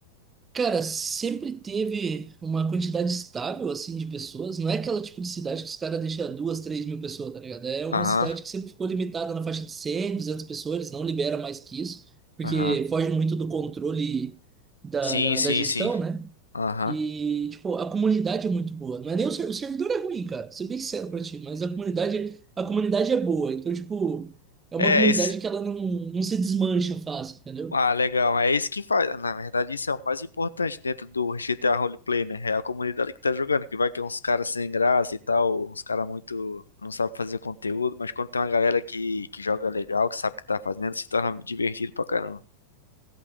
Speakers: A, on the right (about 20°); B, on the left (about 75°).
A: Cara, sempre teve uma quantidade estável, assim, de pessoas. Não é aquela tipo de cidade que os caras deixam duas, três mil pessoas, tá ligado? É uma
B: Aham,
A: cidade que sempre ficou limitada na faixa de 100 200 pessoas, eles não libera mais que isso, porque
B: aham.
A: foge muito do controle da,
B: Sim,
A: da,
B: sim,
A: da gestão,
B: sim.
A: né?
B: Aham.
A: E, tipo, a comunidade é muito boa. Não é nem o, ser- o servidor é ruim, cara. Ser bem sincero pra ti, mas a comunidade, a comunidade é boa. Então, tipo, é uma
B: É,
A: comunidade
B: esse.
A: que ela não, não se desmancha fácil, entendeu?
B: Ah, legal. É isso que faz. Na verdade, isso é o mais importante dentro do GTA Roleplay, né? É a comunidade que tá jogando, que vai que é uns caras sem graça e tal, uns caras muito não sabe fazer conteúdo, mas quando tem uma galera que, que joga legal, que sabe o que tá fazendo, se torna divertido pra caramba.